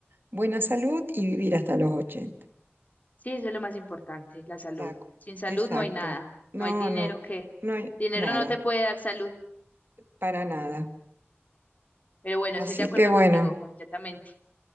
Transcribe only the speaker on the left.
Sí, eso es lo más importante, la salud.
Sin salud
no hay nada.
No hay dinero
que...
Dinero
no te puede dar salud.
Pero bueno,
estoy de acuerdo
contigo completamente.